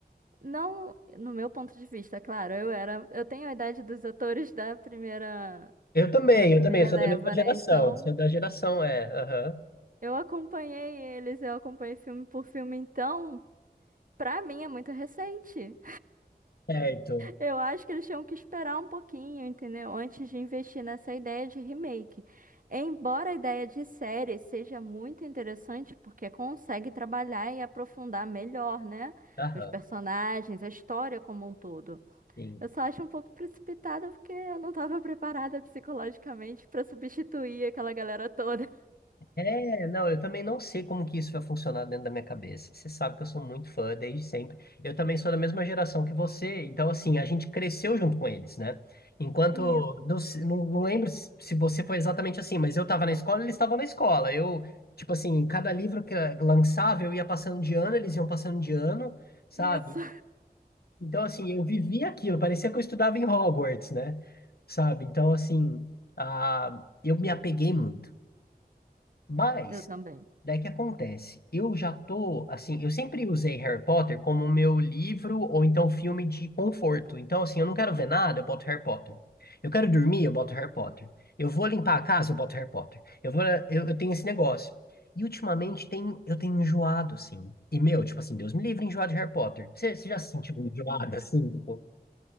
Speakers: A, on the right; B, on the left.
A: não. No meu ponto de vista, claro, eu era. Eu tenho a idade dos atores da primeira.
B: Eu também,
A: Da primeira
B: eu também, eu sou
A: leva,
B: da mesma geração.
A: né? Então,
B: Sou da geração, é. aham.
A: eu acompanhei eles, eu acompanhei filme por filme. Então, pra mim é muito recente.
B: Certo.
A: Eu acho que eles tinham que esperar um pouquinho, entendeu? Antes de investir nessa ideia de remake. Embora a ideia de série seja muito interessante, porque consegue trabalhar e aprofundar melhor, né?
B: Aham,
A: Os personagens, a história como um todo.
B: sim.
A: Eu só acho um pouco precipitada porque eu não estava preparada psicologicamente para substituir aquela galera toda.
B: É, não, eu também não sei como que isso vai funcionar dentro da minha cabeça. Você sabe que eu sou muito fã desde sempre. Eu também sou da mesma geração que você, então assim, a gente cresceu junto com eles, né? Enquanto,
A: Isso,
B: não, se- não, não lembro se se você foi exatamente assim, mas eu estava na escola, eles estavam na escola. Eu, tipo assim, cada livro que eh, lançava, eu ia passando de ano, eles iam passando de ano, sabe?
A: <laughs> isso.
B: Então assim, eu vivia aquilo, parecia que eu estudava em Hogwarts, né? Sabe? Então assim, ah, eu me apeguei muito. Mas,
A: Eu também.
B: daí que acontece? Eu já tô, assim, eu sempre usei Harry Potter como meu livro ou então filme de conforto. Então, assim, eu não quero ver nada, eu boto Harry Potter. Eu quero dormir, eu boto Harry Potter. Eu vou limpar a casa, eu boto Harry Potter. Eu vou, eu, eu tenho esse negócio. E ultimamente tem, eu tenho enjoado, assim. E, meu, tipo assim, Deus me livre enjoado de Harry Potter. Você, você já se sentiu enjoado, assim, tipo...